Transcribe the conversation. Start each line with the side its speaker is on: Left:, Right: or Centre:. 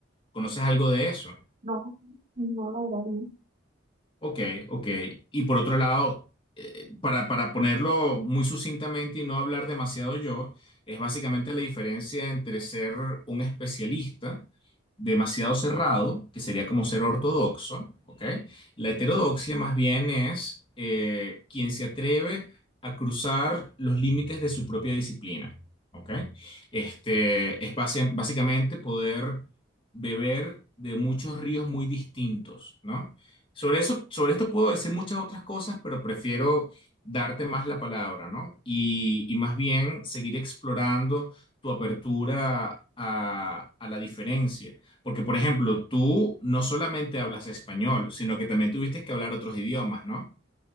Left: ¿Conoces algo de eso?
Right: No, no, la verdad, no.
Left: Ok, ok. Y por otro lado, eh, para, para ponerlo muy sucintamente y no hablar demasiado yo, es básicamente la diferencia entre ser un especialista demasiado cerrado, que sería como ser ortodoxo, ¿ok? La heterodoxia más bien es eh, quien se atreve a cruzar los límites de su propia disciplina, ¿ok? Este, es basi- básicamente poder beber de muchos ríos muy distintos, ¿no? Sobre eso, sobre esto puedo decir muchas otras cosas, pero prefiero darte más la palabra, ¿no? Y, y más bien seguir explorando tu apertura a, a la diferencia. Porque, por ejemplo, tú no solamente hablas español, sino que también tuviste que hablar otros idiomas, ¿no?